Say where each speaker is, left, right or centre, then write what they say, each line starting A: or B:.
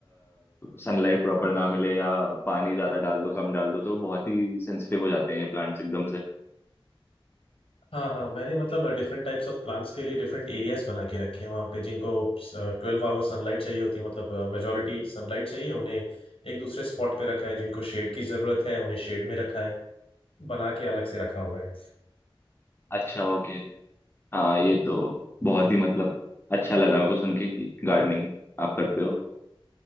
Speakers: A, on the left; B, on the left.
A: सनलाइट प्रॉपर ना मिले या पानी ज्यादा डाल दो कम डाल दो तो बहुत ही सेंसिटिव हो जाते हैं ये प्लांट्स एकदम से
B: हाँ हाँ मैंने मतलब डिफरेंट टाइप्स ऑफ प्लांट्स के लिए डिफरेंट एरियाज बना के रखे हैं वहाँ पे जिनको ट्वेल्व आवर्स सनलाइट चाहिए होती है मतलब मेजोरिटी सनलाइट चाहिए उन्हें एक दूसरे स्पॉट पे रखा है जिनको शेड की जरूरत है उन्हें शेड में रखा है बना के अलग से रखा हुआ है
A: अच्छा ओके हाँ ये तो बहुत ही मतलब अच्छा लगा मेरे को सुन के कि गार्डनिंग आप करते हो